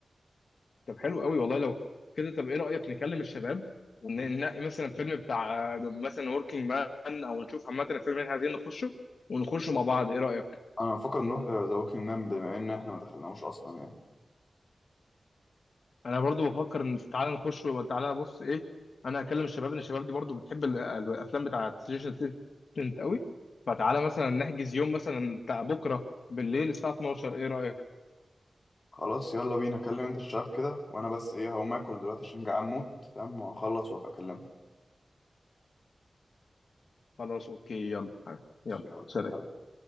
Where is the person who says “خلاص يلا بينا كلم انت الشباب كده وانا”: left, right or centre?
Left